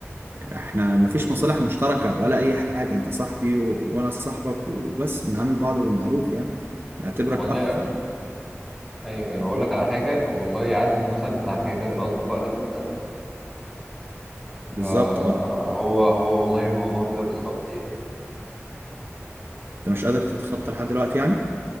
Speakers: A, on the right (about 50°); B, in the centre.
A: احنا مفيش مصالح مشتركه ولا اي حاجه انت صاحبي و... وانا صاحبك وبس بنعامل بعض بالمعروف يعني نعتبرك
B: والله
A: اخ ف...
B: أيوه أيوه أقول لك على حاجة والله عارف المثل بتاع خيبات الأصدقاء لا تنسى
A: بالظبط
B: فهو
A: اه
B: هو والله الموضوع كده بالظبط يعني
A: انت مش قادر تتخطى لحد دلوقتي يعني